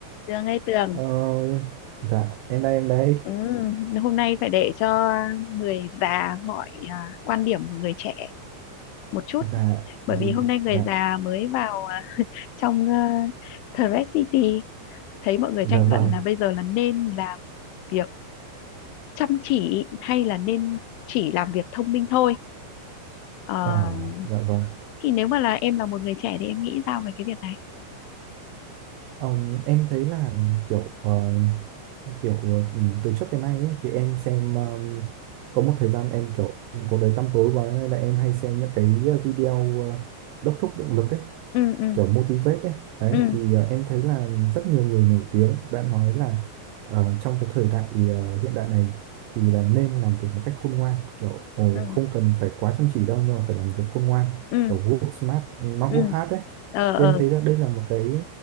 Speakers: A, on the left; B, on the right.
A: Tường ơi Tường
B: Ờ, dạ em đây em đây
A: ừ, hôm nay phải để cho người già hỏi à, quan điểm của người trẻ một chút
B: dạ
A: bởi
B: chị
A: vì hôm nay người
B: dạ
A: già mới vào à, trong à, Thread City thấy mọi người
B: dạ
A: tranh
B: vâng
A: luận là bây giờ là nên làm việc chăm chỉ hay là nên chỉ làm việc thông minh thôi Ờ,
B: ờ dạ vâng
A: thì nếu mà là em là một người trẻ thì em nghĩ sao về cái việc này
B: Ờm, em thấy là kiểu ờ, kiểu ừ, từ trước đến nay ấy, thì em xem ờm, có một thời gian em kiểu cuộc đời tăm tối quá nên là em hay xem những cái video ờ, đốc thúc động lực ấy
A: ừ ừ
B: kiểu motivate đấy đấy
A: ừ
B: thì ờ, em thấy là rất nhiều người nổi tiếng đã nói là ờ, trong cái thời đại ờ, hiện đại này thì là nên làm việc một cách khôn ngoan kiểu ồ,
A: ừ
B: không cần phải quá chăm chỉ đâu nhưng mà phải làm việc khôn ngoan
A: ừ
B: kiểu work smart not
A: ừ
B: work hard đấy
A: ờ
B: thì
A: ờ
B: em thấy là đây là một cái